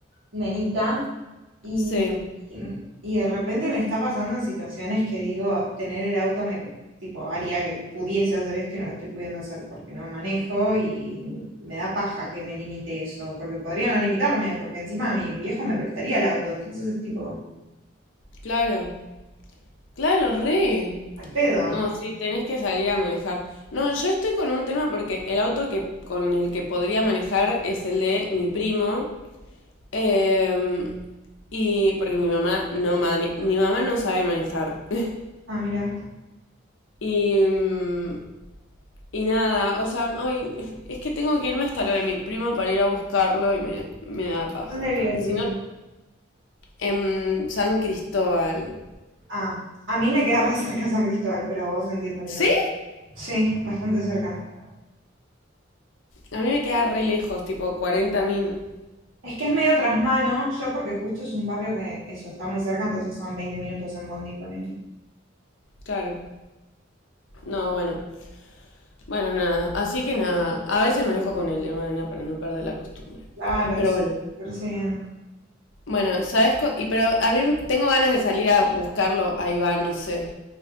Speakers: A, on the right; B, on the left.
A: Nenita. Y,
B: Sí,
A: y de repente me está pasando en situaciones que digo, tener el auto me tipo haría que pudiese hacer esto y no lo estoy pudiendo hacer porque no manejo y me da paja que me limite eso, porque podría no limitarme, porque encima mi viejo me prestaría el auto, entonces es tipo,
B: claro. Claro, re.
A: al pedo.
B: No, sí, tenés que salir a manejar. No, yo estoy con un tema porque el auto que, con el que podría manejar es el de mi primo. Eh, y porque mi mamá no mane- mi mamá no sabe manejar. <laughs>
A: Ah, mira,
B: Y mm, Y nada, o sea, ay, es que tengo que irme hasta lo de mi primo para ir a buscarlo y me, me da paja.
A: ¿dónde vive
B: Si
A: tu primo?
B: no, en San Cristóbal.
A: Ah, a mí me queda re cerca San Cristóbal, pero a vos entiendo que
B: ¿Sí?
A: no. Sí, bastante cerca.
B: A mí me queda re lejos, tipo 40 min.
A: Es que es medio trasmano, yo porque justo es un barrio que eso está muy cerca, entonces son 20 minutos en Bondi, poner
B: Claro. No, bueno. Bueno, nada. Así que nada. A veces me dejo con el de mana para no perder la costumbre.
A: Claro,
B: Pero
A: sí,
B: bueno.
A: me parece bien.
B: Bueno, ¿sabes? co- Y pero a mí tengo ganas de salir a buscarlo a Iván, no sé.